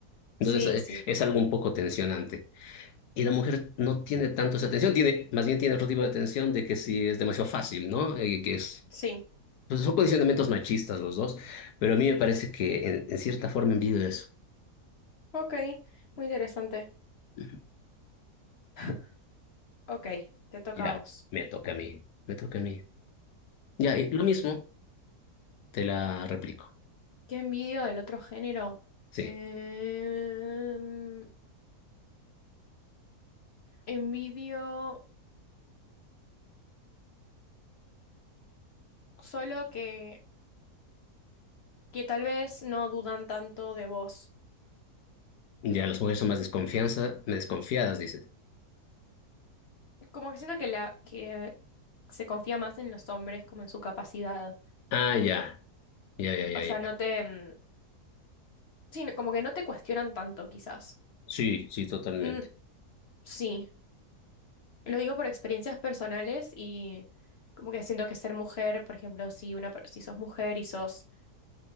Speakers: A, on the left; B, on the left.
A: Entonces
B: sí,
A: eh,
B: sí,
A: es algo un poco tensionante. Y la mujer no tiene tanto esa atención, tiene, más bien tiene otro tipo de atención de que si es demasiado fácil, ¿no? Eh, que es,
B: sí.
A: pues son condicionamientos machistas los dos, pero a mí me parece que en, en cierta forma envidio eso.
B: Ok, muy interesante.
A: Ujú.
B: <laughs> Ok, te toca
A: Ya,
B: a vos.
A: me toca a mí, me toca a mí. Ya, y lo mismo, te la replico.
B: ¿Qué envidio del otro género?
A: Sí,
B: Em, envidio solo que, que tal vez no dudan tanto de vos.
A: ya las mujeres son más desconfianza, desconfiadas, dices.
B: Como que siento que, la, que se confía más en los hombres, como en su capacidad.
A: Ah, ya, ya, ya, ya,
B: O sea,
A: ya.
B: no te... mm, Sí, no- como que no te cuestionan tanto, quizás.
A: Sí, sí, totalmente.
B: Mm, sí, lo digo por experiencias personales y como que siento que ser mujer, por ejemplo, si, una, per- si sos mujer y sos